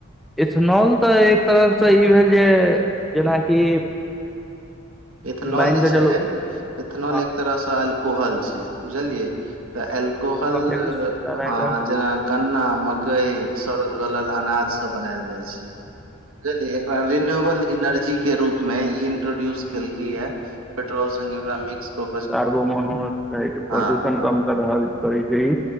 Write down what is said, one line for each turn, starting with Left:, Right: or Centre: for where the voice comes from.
Centre: इथेनॉल तऽ एक तरफसँ ई भेल जे जेनाकि
Right: इथेनॉल
Centre: मानि
Right: जे
Centre: कऽ
Right: छैय
Centre: चलू
Right: इथेनॉल
Centre: हँ
Right: एक तरहसँ एल्कोहल छैय बुझलियै तऽ ऐकोहल
Centre: हँ कियाकि सरायक
Right: हँ जेना गन्ना मकई सड़ल गलल अनाज सब बनाल जाइ छैय बुझलिय एकरा रिन्यूएबल एनर्जी के रूप मे इंट्रोड्यूस केलकै या पेट्रोल संगे ओकरा मिक्स कऽ के
Centre: कार्बोमोनोक्साइड प्रदूषण
Right: हँ हँ
Centre: कम कर रहल करै छैय।